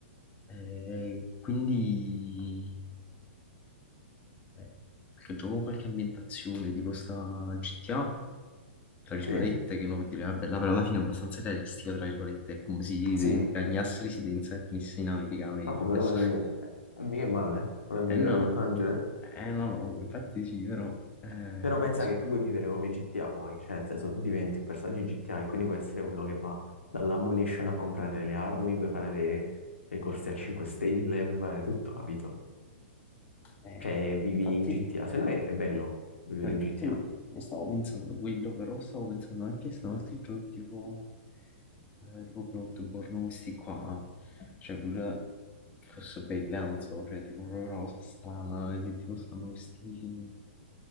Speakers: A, on the left; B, on the left.
A: Eh, quindi eh, qualche gioco con qualche ambientazione tipo sta GTA tra virgolette,
B: sì,
A: che uno può dire, vabbè, là però alla fine è abbastanza realistico, tra virgolette, è come se gli
B: sì,
A: cagnasse residenza e tenesse in America, non è
B: vabbè,
A: che cambiasse.
B: però vai a
A: <laughs>
B: vivere, eh, mica è male, vai a vivere
A: Eh no,
B: a Los Angeles,
A: eh no, no, infatti sì, però eh,
B: però
A: è
B: pensa
A: così.
B: che tu puoi vivere come GTA poi, cioè nel senso tu diventi un personaggio GTA e quindi puoi essere quello che va dall'ammunition a comprare le armi, puoi fare le, le corse a 5 stelle, puoi fare tutto, capito?
A: Eh,
B: Cioè
A: no,
B: vivi
A: infatti
B: in GTA, se no è, è bello vivere
A: No, infatti
B: in GTA.
A: io stavo pensando quello, però stavo pensando anche se altri giochi tipo, eh, tipo Bloodborne, questi qua, cioè pure forse belle, ah, non so, cioè tipo proprio una cosa strana, che tipo stanno questi,